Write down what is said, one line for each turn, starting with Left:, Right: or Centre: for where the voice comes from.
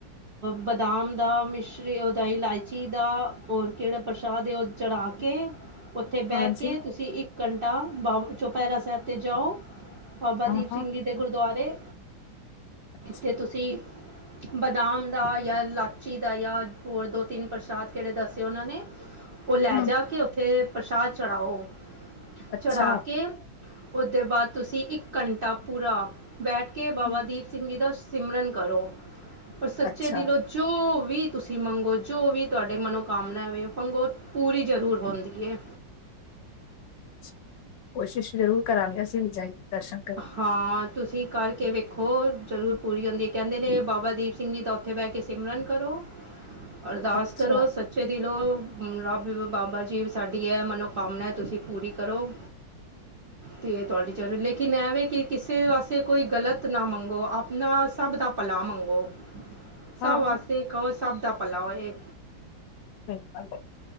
Right: ਬਦਾਮ ਦਾ ਮਿਸ਼ਰੀ ਉਹਦਾ ਇਲਾਇਚੀ ਦਾ ਹੋਰ ਕਿਹੜਾ ਪ੍ਰਸ਼ਾਦ ਹੈ ਉਹ ਚੜਾ ਕੇ ਕੇ ਉੱਥੇ ਬਹਿ
Left: ਹਾਂਜੀ
Right: ਕੇ ਤੁਸੀਂ ਇੱਕ ਘੰਟਾ ਬ ਚੌਪਹਿਰਾ ਸਾਹਿਬ ਤੇ ਜਾਓ। ਬਾਬਾ ਦੀਪ
Left: ਹਾਂ
Right: ਸਿੰਘ
Left: ਹਾਂ
Right: ਜੀ ਦੇ ਗੁਰਦੁਆਰੇ
Left: ਅੱਛਾ
Right: ਤੇ ਤੁਸੀਂ ਬਦਾਮ ਦਾ ਜਾਂ ਲਾਚੀ ਦਾ ਜਾਂ ਹੋਰ ਦੋ ਤਿੰਨ ਪ੍ਰਸ਼ਾਦ ਕਿਹੜੇ ਦੱਸੇ ਉਹਨਾਂ ਨੇ ਉਹ ਲੈ
Left: ਹਮ
Right: ਜਾ ਕੇ ਉੱਥੇ ਪ੍ਰਸ਼ਾਦ ਚੜਾਓ।
Left: ਅੱਛਾ
Right: ਚੜ੍ਹਾ ਕੇ ਉਹਦੇ ਬਾਅਦ ਤੁਸੀਂ ਇੱਕ ਘੰਟਾ ਪੂਰਾ ਬੈਠ ਕੇ ਬਾਬਾ
Left: ਹਮ,
Right: ਦੀਪ ਸਿੰਘ ਜੀ ਦਾ ਸਿਮਰਨ ਕਰੋ ਔਰ ਸੱਚੇ
Left: ਅੱਛਾ
Right: ਦਿਲੋਂ ਜੋ ਵੀ ਤੁਸੀਂ ਮੰਗੋ ਜੋ ਵੀ ਤੁਹਾਡੇ ਮਨੋਕਾਮਨਾ ਵੇ ਮੰਗੋ ਪੂਰੀ ਜ਼ਰੂਰ ਹੋਂਦੀ ਏ
Left: ਅੱਛਾ। ਕੋਸ਼ਿਸ਼ ਜ਼ਰੂਰ ਕਰਾਂਗੇ ਅਸੀਂ ਵੀ ਜਾਈਏ ਦਰਸ਼ਨ ਕਰਨ।
Right: ਹਾਂ ਤੁਸੀਂ ਕਰਕੇ ਵੇਖੋ ਜ਼ਰੂਰ ਪੂਰੀ ਹੁੰਦੀ ਹੈ ਕਹਿੰਦੇ ਨੇ ਬਾਬਾ ਦੀਪ ਸਿੰਘ ਜੀ ਦਾ ਉੱਥੇ ਬਹਿ ਕੇ ਸਿਮਰਨ ਕਰੋ ਅਰਦਾਸ
Left: ਅੱਛਾ
Right: ਕਰੋ ਸ ਸੱਛੇ ਦਿਲੋ ਰੱਬ ਬਾਬਾ ਜੀ ਸਾਡੀ ਐਮਨੋਕਾਮਨਾ ਤੁਸੀਂ ਪੂਰੀ ਕਰੋ। ਤੇ ਤੁਹਾਡੀ ਚਾਰੇ ਲਿਖ ਕਿਤੇ ਪਾਸੇ ਕਿ ਕਿਸੇ ਵਾਸਤੇ ਕੋਈ ਗਲਤ ਨਾ ਮੰਗੋ ਆਪਣਾ ਸਭ ਦਾ ਭਲਾ ਮੰਗੋ। ਸਭ
Left: ਹਾਂ
Right: ਵਾਸ
Left: ਹਾਂ,
Right: ਕਹੋ ਸਭ ਦਾ ਪਲਾ ਇਹ
Left: ਬਿਲਕ